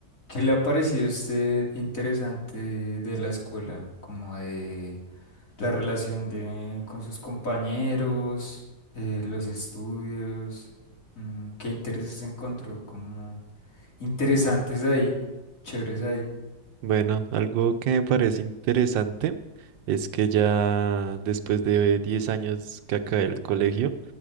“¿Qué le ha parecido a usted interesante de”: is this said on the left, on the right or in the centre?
Left